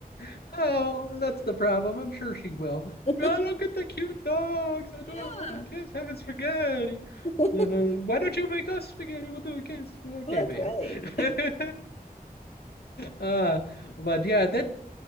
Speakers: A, on the left; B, on the left.
A: <laughs> Oh, that's the problem. I'm sure she will.
B: it.
A: Oh,
B: <laughs>
A: look at the cute dogs. I do
B: Yeah.
A: a little to kiss having spaghetti.
B: <laughs>
A: Then uh, why don't you make us spaghetti? We'll do a kiss. Okay,
B: That's
A: baby.
B: right.
A: <laughs> Uh, but yeah, that